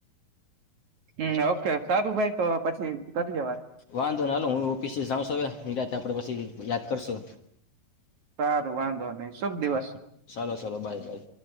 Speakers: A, on the right; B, on the left.
A: હમ ઓકે સારું ભાઈ તો પછી કરી લેવા
B: વાંધો નઈ હાલો હું ઓફિસે જાઉંશું હવે નિરાતે આપણે પછી યાદ કરશો
A: સારું વાંધો નહી શુભ દિવસ
B: ચાલો ચાલો બાય બાય